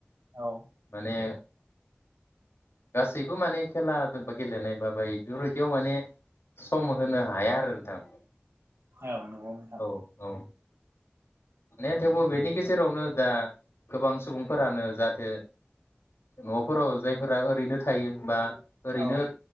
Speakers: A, on the right; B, on the left.
A: औ
B: माने गासैब बो माने खेला दोबो गेलेनाय बाबाय बेफोरबायदियाव माने सम होनो हाया आरो नोंथां।
A: औ नंगौ नोंथां
B: औ औ। ने थेवबो बेनि गेजेरावनो दा गोबां सुबुंफोरानो जाहाथे न'फोराव जायफोरा ओरैनो थायो बा ओरैनो
A: औ